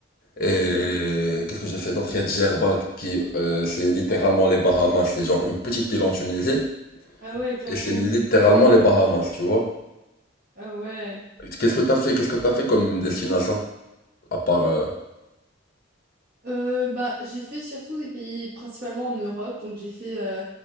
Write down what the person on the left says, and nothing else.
Et
qu'est-ce que j'ai fait d'autre? Il y a Djerba, qui, euh, c'est littéralement les Bahamas. C'est genre une petite île en Tunisie.
Et c'est littéralement les Bahamas, tu vois.
Qu'est-ce que t'as fait? Qu'est-ce que t'as fait comme destination? À part, euh,